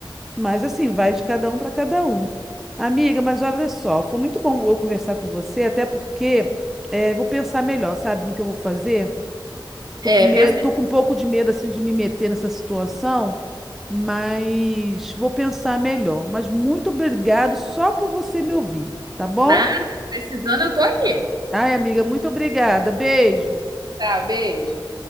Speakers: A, in the centre; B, on the right.
A: Mas assim, vai de cada um para cada um. Amiga, mas olha só, foi muito bom eu conversar com você, até porque eh, vou pensar melhor, sabe, no que eu vou fazer. Tô
B: é,
A: com medo,
B: pensa
A: tô
B: aí.
A: com um pouco de medo assim de me meter nessa situação, mas vou pensar melhor. Mas muito obrigado só por você me ouvir, tá bom?
B: Nada, precisando, eu tô aqui.
A: Ai, amiga, muito obrigada. Beijo.
B: Tá, beijo.